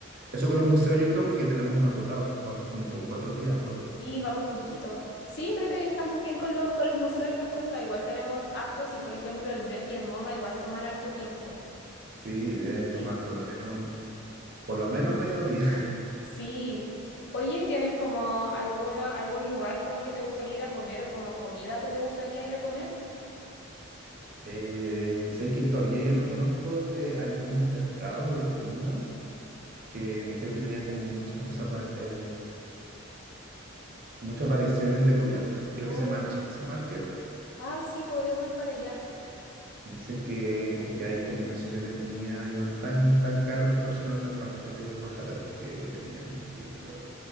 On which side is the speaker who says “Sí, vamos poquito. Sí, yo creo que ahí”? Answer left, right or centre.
Left